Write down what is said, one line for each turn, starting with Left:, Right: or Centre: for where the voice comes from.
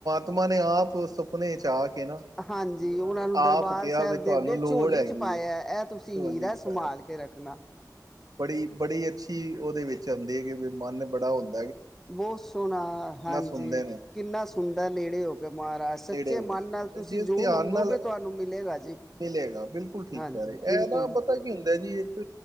Right: ਤੁਮਾ ਨੇ ਆਪ ਸੁਪਨੇ ਚ ਆ ਕੇ ਨਾ
Centre: ਹਾਂਜੀ,
Right: ਵੀ
Centre: ਉਹਨਾਂ
Right: ਨੇ
Centre: ਨੂੰ
Right: ਆਪ
Centre: ਦਰਬਾਰ
Right: ਕਿਹਾ
Centre: ਸਾਹਿਬ
Right: ਵੀ
Centre: ਦੇ
Right: ਤੁਹਾਨੂੰ
Centre: ਅੱਗੇ
Right: ਲੋੜ
Centre: ਝੋਲੀ
Right: ਹੈਗੀ
Centre: ਚ ਪਾਇਆ,
Right: ਹੈ
Centre: ਇਹ ਤੁਸੀਂ
Right: ਝੋਲੀ
Centre: ਹੀਰਾ
Right: ਚ
Centre: ਸੰਭਾਲ
Right: ਪਾਇਆ
Centre: ਕੇ ਰੱਖਣਾ।
Right: ਬੜੀ- ਬੜੀ ਅੱਛੀ ਉਹਦੇ ਵਿੱਚ ਆਂਦੀ ਐ, ਕਿ ਮਨ ਬੜਾ ਹੁੰ
Centre: ਬਹੁ ਸੋਹਣਾ ਹਾਂਜੀ,
Right: ਸੁਣਦੇ ਨੇ
Centre: ਕਿੰਨਾ ਸੁਣਦਾ ਨੇੜੇ ਹੋ ਕੇ ਮਹਾਰਾਜ, ਸੱਚੇ
Right: ਨੇੜੇ ਹੋ
Centre: ਮਨ
Right: ਕੇ ਸੁਣਦੇ
Centre: ਨਾਲ ਤੁਸੀਂ
Right: ਨੇ ਜਿਸ
Centre: ਜੋ
Right: ਧਿਆਨ
Centre: ਮੰਗੋਗੇ,
Right: ਨਾਲ
Centre: ਤੁਹਾਨੂੰ ਮਿਲੇਗਾ ਜੀ।
Right: ਮਿਲੇਗਾ, ਬਿਲਕੁਲ ਠੀਕ
Centre: ਹਾਂਜੀ
Right: ਕਹਿ ਰਹੇ,
Centre: ਬਿਲਕੁਲ
Right: ਇਹ ਨਾ ਬਟ ਪਤਾ ਕੀ ਹੁੰਦਾ ਜੀ, ਇੱਕ